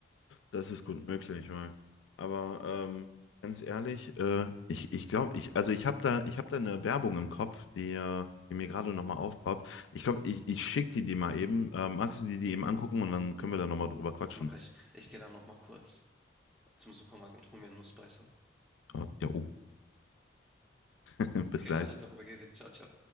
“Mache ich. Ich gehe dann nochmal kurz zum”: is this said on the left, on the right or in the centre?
Centre